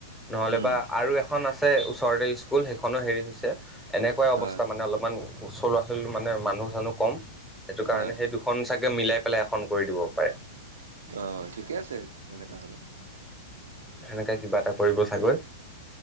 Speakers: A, in the centre; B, on the right.
A: নহ'লে
B: উম।
A: বা আৰু এখন আছে ওচৰতে স্কুল সেইখনো হেৰি হৈছে এনেকুৱাই অৱস্থা
B: হয়
A: মানে অলপমান চলোৱা ছালী মানে মানুহ জানুহ কম সেইটো কাৰণে
B: হয়।
A: সেই এখন চাগে মিলাই পেলাই এখন কৰি দিব পাৰে
B: অ ঠিকে আছে সনেকা হলে
A: সেনেকা কিবা এটা কৰিব চাগৈ